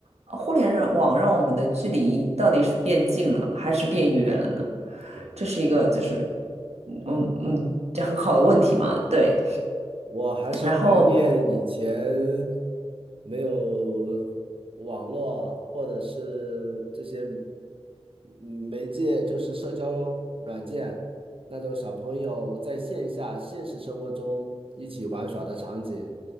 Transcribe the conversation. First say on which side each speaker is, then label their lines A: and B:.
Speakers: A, on the right (about 80°); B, on the right (about 55°).
A: 呃互联网让我们的距离到底是变近了还是变远了呢？
B: 对。
A: 这是一个就是嗯嗯，这很好的问题嘛，对。
B: 我还是怀念以前
A: 然后
B: 没有网络或者是这些媒介，就是社交软件那种小朋友在线下现实生活中一起玩耍的场景。